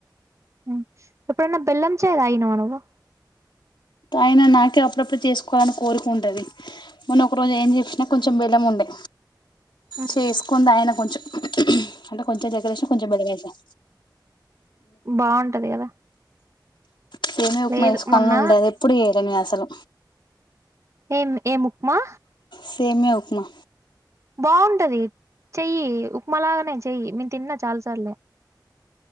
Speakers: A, on the right (about 40°); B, on the left (about 85°).
A: హ్మ్ ఎప్పుడన్న బెల్లం ఛాయ్ తాగినవ నువ్వు
B: అయిన నాకే అప్పుడప్పుడు చేసుకోవాలని కోరికుంటది మన ఒక రోజు ఏం చేసినా కొంచెం బెల్లం ఉండే
A: ఉమ్
B: చేసుకుని తాగిన కొంచెం అలో కొంచెం చక్కెర ఏసాం. కొంచెం బెల్లమేసాం.
A: బావుంటది కదా
B: సేమియా ఉప్మా
A: లేదు
B: చేసుకోవాలని
A: మొన్న
B: ఉండేది ఎప్పుడూ చేయల నేను అస్సలు
A: ఏం ఏం ఉప్మా
B: సేమియా ఉప్మా
A: బావుంటది చెయ్యి ఉప్మాలాగానే చెయ్యి నేను తిన్నా చాలా సార్లు